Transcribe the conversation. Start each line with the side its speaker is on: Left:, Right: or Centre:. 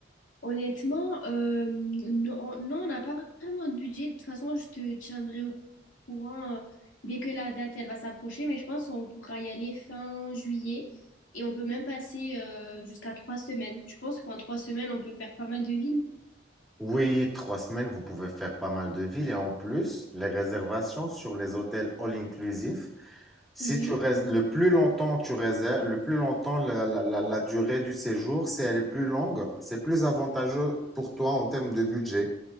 Left: Honnêtement, euh, non, non, on n'a pas vraiment de budget. De toute façon, je te tiendrai au courant euh, dès que la date, elle va s'approcher. Mais je pense qu'on pourra y aller fin juillet. Et on peut même passer euh, jusqu'à trois semaines. Je pense qu'en trois semaines, on peut faire pas mal de villes.
Centre: Oui, trois semaines, vous pouvez faire pas mal de villes et en plus, les réservations sur les hôtels all inclusifs si
Left: Oui,
Centre: tu rés- le plus longtemps tu réserves, le plus longtemps la, la- la- la durée du séjour, si elle est plus longue, c'est plus avantageux pour toi en termes de budget.